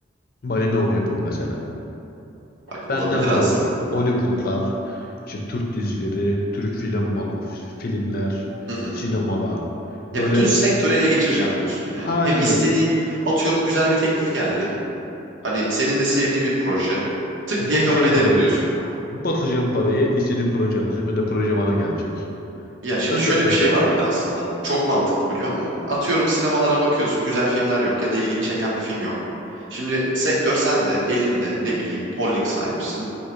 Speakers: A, on the left (about 50°); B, on the right (about 80°).
A: Malinov yapım mesela.
B: Bak
A: Benden
B: olabilir
A: sorulacak.
B: aslında.
A: Hollywoodlar, işte Türk dizileri, Türk film filmler,
B: Hı hı.
A: sinemalar.
B: Ya
A: Böyle
B: bütün sektörü ele geçireceğim diyorsun yani.
A: aynen
B: Hem istediğin,
A: öyle.
B: atıyorum güzel bir teklif geldi. Hani senin de sevdiğin bir proje. Tık
A: Basacağım
B: diye kabul ederim
A: parayı.
B: diyorsun.
A: Basacağım parayı istediğim proje alacağım ya da proje bana gelecek.
B: Ya şimdi
A: Takır
B: şöyle
A: takır.
B: bir şey var bir de aslında. Çok mantıklı biliyor musun? Atıyorum sinemalara bakıyorsun. Güzel filmler yok ya da ilgini çeken bir film yok. Şimdi sektör sende, elinde ne bileyim holding sahibisin.